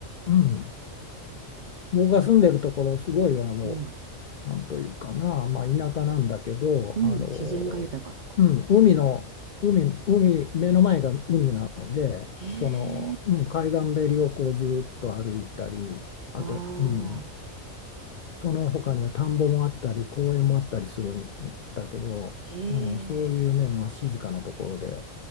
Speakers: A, on the left; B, on the right.
A: うん。僕が住んでるところ、すごいあの、
B: うん。
A: なんというかな、まあ、田舎なんだけど、
B: うん。
A: あの、
B: 自然が豊かとか。
A: うん、海の、海、海、目の前が海なので、
B: へえ、
A: その、うん、海岸べりをこうずっと歩いたり、あと、
B: わあ、
A: うん、その他には田んぼもあったり、公園もあったりするんだけど、
B: へ
A: うん、そういうね、
B: え。
A: まあ、静かなところで、